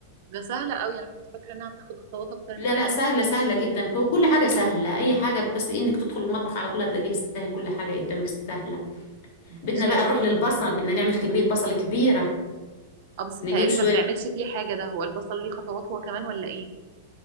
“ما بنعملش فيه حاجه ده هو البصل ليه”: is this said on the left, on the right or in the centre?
Right